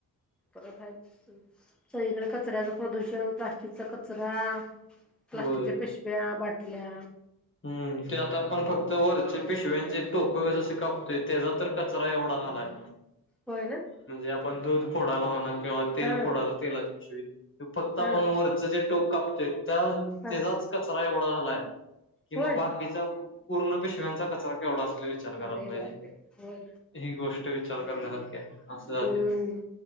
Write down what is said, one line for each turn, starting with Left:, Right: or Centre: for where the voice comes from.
Centre: परत आहे सगळीकडे कचऱ्याच प्रदूषण त्यामुळ प्लास्टिकचा कचरा प्लास्टिकच्या
Left: होय
Centre: पिशव्या बाटल्या
Left: हम् ते आता आपण फक्त वरचे पिशव्यांचे टोक जसे कापतोय त्याचा तर कचरा एवढा झालाय
Centre: होय ना
Left: म्हणजे आपण दूध फोडायला म्हणा किंवा तेल
Centre: हा
Left: फोडायल तेलाच्या पिशवी फक्त आपण
Centre: हा
Left: वरचं जे टोक कापतोय त्या
Centre: हा
Left: त्याचाच कचरा एवढा झालाय कि मग
Centre: होय
Left: बाकीचा पूर्ण पिशव्यांचा कचरा केवढा असेल. विचार करायला
Centre: अरे
Left: पाहिजे
Centre: बापरे होय
Left: ही गोष्ट विचार करण्यासारख्या असणार
Centre: हम्म